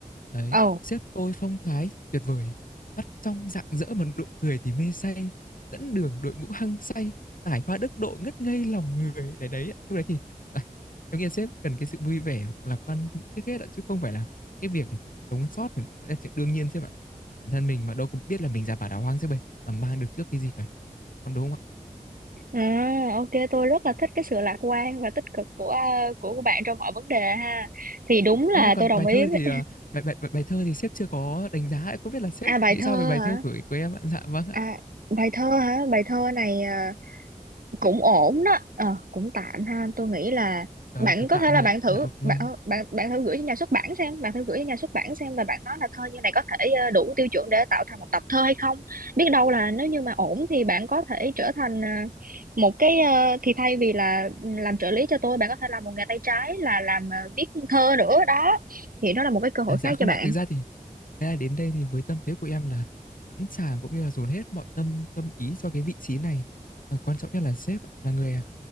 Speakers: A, on the left; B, on the right.
A: ấy
B: ồ
A: sếp tôi phong thái tuyệt vời mắt trong rạng rỡ mà nụ cười thì mê say dẫn đường đội ngũ hăng say tài hoa đức độ ngất ngây lòng người đấy đấy lúc đấy thì à, em nghĩ sếp cần cái sự vui vẻ lạc quan trước hết ạ chứ không phải là cái việc sống sót thì là chuyện đương nhiên sếp ạ bản thân mình mà đâu có biết là mình ra vào đào hoang sếp ơi mà mang được trước cái gì cả còn đúng không ạ
B: À, ok tôi rất là thích cái sự lạc quan và tích cực của ờ, của của bạn trong mọi vấn đề ha. Thì đúng là
A: ơ thế còn
B: tôi đồng
A: bài
B: ý
A: thơ
B: với...
A: thì à, bài, bài bài bài thơ thì sếp chưa có đánh giá ạ. không biết là sếp
B: À bài
A: nghĩ
B: thơ
A: sao về bài thơ
B: hả?
A: của của em ạ dạ vâng ạ
B: À bài thơ hả? Bài thơ này à, cũng ổn đó ờ, cũng tạm ha tôi nghĩ là
A: Trời
B: bạn
A: ơi, có
B: có
A: tạm
B: thể là
A: thôi
B: bạn
A: ạ.
B: thử
A: Dạ vâng.
B: bạn ờ, bạn bạn thử gửi cho nhà xuất bản xem bạn thử gửi cho nhà xuất bản xem và bạn nói là thơ như này có thể ờ, đủ tiêu chuẩn để tạo thành một tập thơ hay không biết đâu là nếu như mà ổn thì bạn có thể trở thành ờ, một cái ờ, thì thay vì là ừ, làm trợ lý cho tôi bạn có thể làm một nghề tay trái là làm ờ, viết thơ nữa đó thì đó là một cái cơ hội
A: À, dạ
B: khác
A: không
B: cho bạn
A: ạ. Thực ra thì thế là đến đây thì với tâm thế của em là sẵn sàng cũng như là dồn hết mọi tâm tâm ý cho cái vị trí này. Và quan trọng nhất là sếp ạ, là người